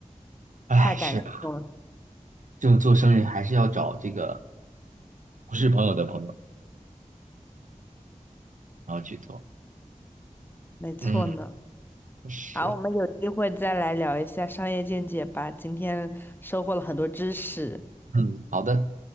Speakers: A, on the right; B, on the left.
A: 哎，
B: 太感动了。
A: 是啊，这种做生意还是要找这个不是朋友的朋友，然后去做。
B: 没错呢。
A: 嗯是，
B: 好，我们有机会再来聊一下商业见解吧。今天收获了很多知识。
A: 嗯，好的，